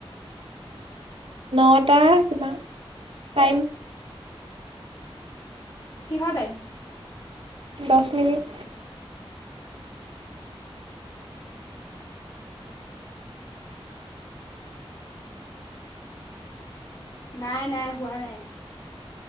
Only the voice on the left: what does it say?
কিহৰ টাইম।
নাই-নাই হোৱা নাই।